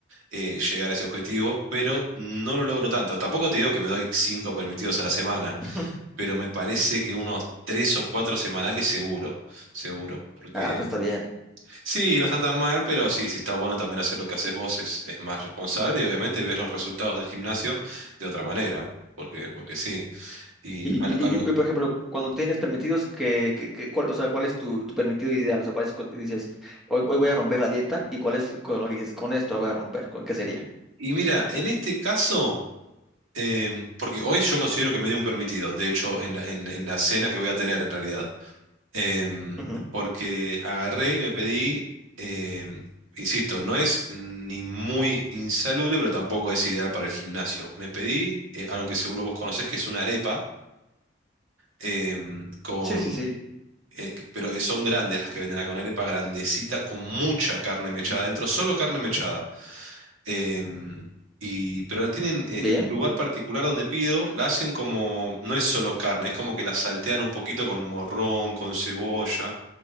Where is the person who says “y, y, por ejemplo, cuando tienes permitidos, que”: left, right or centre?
Centre